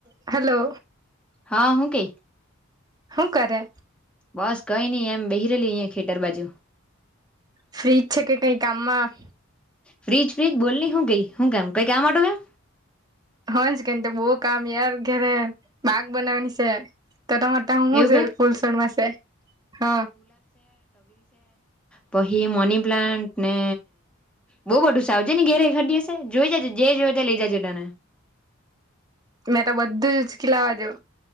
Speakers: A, on the right (about 20°); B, in the centre.
A: Hello.
B: હા હું કેઈ.
A: હું કરે
B: બસ કઈ નઈ એમ બેહી રેલી અહીયાં ખેતર બાજુ
A: ફ્રીજ છે કે કઈ કામમાં
B: ફ્રીજ ફ્રીજ બોલ ન શું કઈ શું કેમ કઈ ક્યા માટે કેમ
A: હજ કે તો બહ કામ યાર ઘેરે બાગ બનાવાની છે. તો તમારે હુંું
B: એવું
A: છે
B: કે
A: ફૂલસોડ માસે હા
B: પહી મની પ્લાન્ટન્ટને બહુ બધું સાવજે ની ઘેરે ખડી હશે જોઈ જજે જે જોઈ ત લઇ જજે તને
A: મેં તો બધું જ ઉચકીલાવાજો